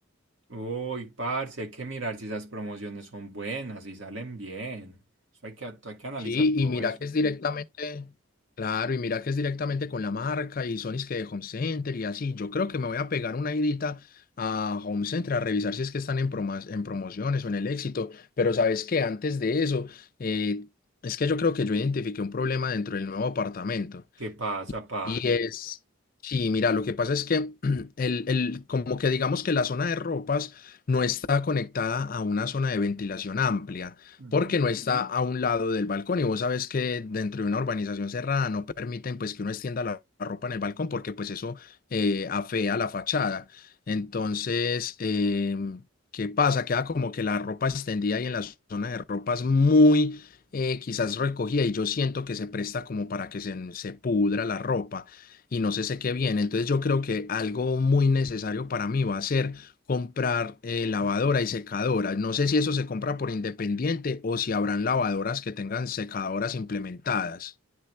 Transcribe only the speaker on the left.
Sí,
y mira
que es directamente, claro, y mira que es directamente con la marca y Sony's que de Home Center y así. Yo creo que me voy a pegar una idita a Home Center a revisar si es que están en, promas- en promociones o en el éxito. Pero sabes que antes de eso, eh, es que yo creo que yo identifiqué un problema dentro del nuevo apartamento.
Y es, sí, mira, lo que pasa es que <clears throat> el, el- como que digamos que la zona de ropas no está conectada a una zona de ventilación amplia,
porque no está a un lado del balcón. Y vos sabes que dentro de una urbanización cerrada no permiten pues que uno extienda la, la ropa en el balcón, porque pues eso eh, afea la fachada. Entonces, em, ¿qué pasa? Queda como que la ropa extendida y en la zona de ropas muy eh, quizás recogida y yo siento que se presta como para que se, se pudra la ropa y no se seque bien. Entonces yo creo que algo muy necesario para mí va a ser comprar eh, lavadora y secadora. No sé si eso se compra por independiente o si habrán lavadoras que tengan secadoras implementadas.